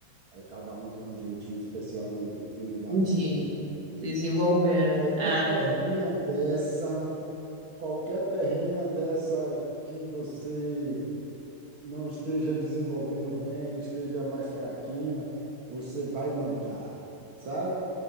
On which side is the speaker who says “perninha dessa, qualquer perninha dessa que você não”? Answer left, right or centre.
Right